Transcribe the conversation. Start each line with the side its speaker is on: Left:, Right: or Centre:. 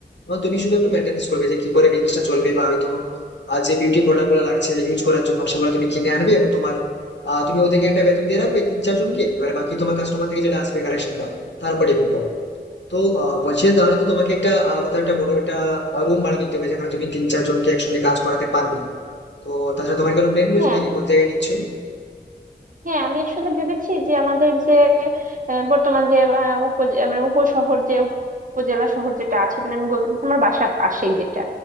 Left: এবং তুমি শুধু একটু মেনটেনেন্স করবে যে কি করে বিজনেসটা চলবে বা হয়তো আহ, যে বিউটি প্রোডাক্ট গুলো লাগছে ইউজ করার জন্য সেগুলো তুমি কিনে আনবে এবং তোমার আহ, তুমি ওদেরকে একটা বেতন দিয়ে রাখবে তিন চারজনকে এবার বাকি তোমার কাস্টমার থেকে যেটা আসবে কালেকশনটা তার উপরে ডিপেন্ড করো তো আহ, বলছি যে তাহলে তো তোমাকে একটা আহ, কোথাও একটা বড় একটা রুম ভাড়া নিতে হবে যেখানে তুমি তিন চারজনকে একসঙ্গে কাজ করাতে পারবে তো তাছাড়া তোমার কোনো প্ল্যান রয়েছে
Right: হ্যাঁ
Left: নাকি কোন জায়গায় নিচ্ছ
Right: হ্যাঁ আমি আসলে ভেবেছি যে আমাদের যে আহ, বর্তমান যে আহ, উপজে- মানে উপশহর যে উপজেলা শহর যেটা আছে মানে আমি বলতে চাচ্ছি আমার বাসার পাশেই যেটা